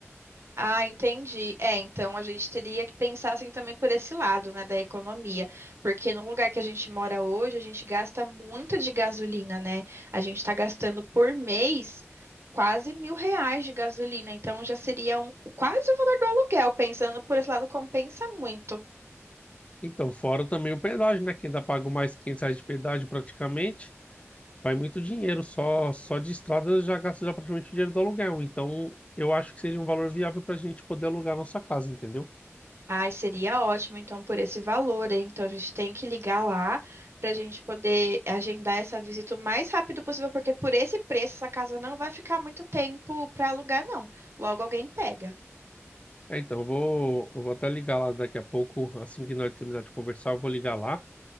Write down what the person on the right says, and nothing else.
Ah, entendi. É, então a gente teria que pensar assim também por esse lado, né, da economia, porque no lugar que a gente mora hoje, a gente gasta muito de gasolina, né? A gente está gastando por mês quase mil reais de gasolina, então já seria um, quase o valor do aluguel. Pensando por esse lado, compensa muito.
Ai, seria ótimo, então, por esse valor, hein? Então, a gente tem que ligar lá para a gente poder agendar essa visita o mais rápido possível, porque por esse preço, essa casa não vai ficar muito tempo para alugar, não. Logo alguém pega.